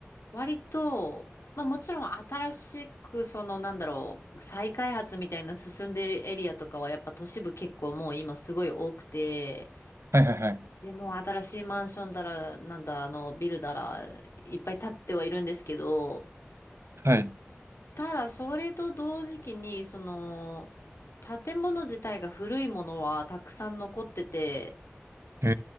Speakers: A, on the left; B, on the right.
A: 割と、まあもちろん新しくそのなんだろう、再開発みたいな進んでるエリアとかはやっぱ都市部結構もう今すごい多くて、
B: はい、はい、はい。
A: でもう新しいマンションだら、なんだあのビルだらいっぱい建ってはいるんですけど、
B: はい。
A: ただそれと同時期にその建物自体が古いものはたくさん残ってて、
B: へ